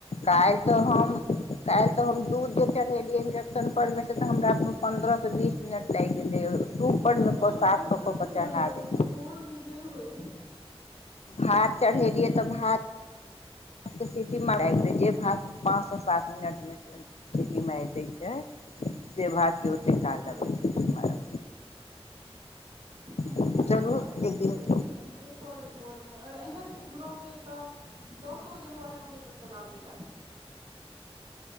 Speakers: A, on the left; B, on the right.
A: कएल तऽ हम कएल तऽ हम दूध जे चढ़ेलियै इंडक्शन पर में से तऽ हमरा पंद्रह से बीस मिनट लागि गेले सुूपर मे
B: हँ
A: साफ
B: आइ
A: क
B: बड़
A: कअ
B: सुन्दर
A: बच्चा साथ
B: लगै
A: देथिन
B: छै भोर मे जे होय
A: भात चढ़ेलियै तऽ भात भातके सीटी म रखि दै जे भात पाँचसँ सात मिनटमे सीटी मगि दै छै से भात के ओते
B: हँ
A: काल लगबै सिटी मारय
B: हँ
A: म
B: नहि
A: चलू
B: लेकिन आइ ठीक
A: एक दिन
B: लगै छै जे करै भोरमे अगर एहन रहतै तऽ दसो बजेमे ओहा कहलकए एक बेर चल आबैलए